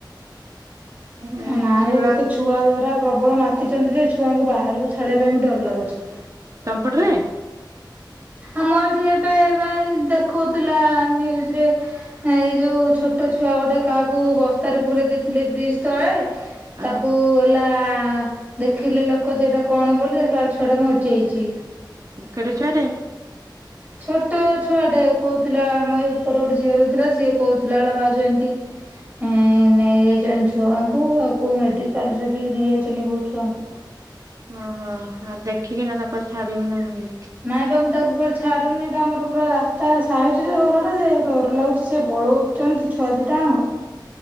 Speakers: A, on the right; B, on the right.
A: ଏ
B: ନାଇଁ
A: ଛୁଆ
B: ଏବେ ତ ଛୁଆ ଧରା ପ୍ରବଳ ମାତିଛନ୍ତି ଯେ ଛୁଆଙ୍କୁ ବାହାରକୁ ଛାଡ଼ିବା ପାଇଁ ବି ଡର ଲାଗୁଛି।
A: ତମ ପଟ ରେ?
B: ଆମ ଏଇଠି ଏବେ ବା ଏଇ ଦେଖଉଥିଲା ନ୍ୟୁଜରେ ଏଇ ଯଉ ଛୋଟ ଛୁଆ ଗୋଟେ କାହାକୁ ବସ୍ତାରେ ପୂରେଇ ଦେଇଥିଲେ ବ୍ରିଜ୍ ତଳେ ତାକୁ
A: ଅ
B: ହେଲା ଦେଖିଲେ ଲୋକ ଯେଏଟା କଣ ବୋଲି ଦେଖିଲା ବେଳକୁ ଛୁଆଟା ମରି ଯାଇଚି।
A: କେଡ଼େ ଛୁଆଟେ?
B: ଛୋଟ ଛୁଆଟେ କହୁଥିଲା ଆମ ଏଇ ଉପର ଗୋଟେ ଝିଅ ରହୁଥିଲା ସିଏ କହୁଥିଲା କହିଲା ଭାଉଜ ଏମତି ହୁଁ ନେଇଯାଇଛନ୍ତି ଛୁଆଙ୍କୁ ଆଉ କୋଉ ମେଡିକାଲ ରୁ ବି ନେଇଯାଇଛନ୍ତି ବହୁତ ଛୁଆଙ୍କୁ।
A: ଓହୋ ଆଉ ଦେଖିକି ନା ତାକୁ କୁଆଡେ଼ ଛାଡ଼ିବନି।
B: ନାଇଁ ବା ମୁଁ ତାକୁ କୁଆଡ଼େ ଛାଡୁନି ଏଟା ଆମର ପୁରା ରାସ୍ତାରେ ସାଇଟ୍ ରେ ଘରଟା ଯେ ଡର ଲାଗୁଛି ସେ ପଳଉ ଛନ୍ତି ଛୁଆ ଦି ଟାଙ୍କ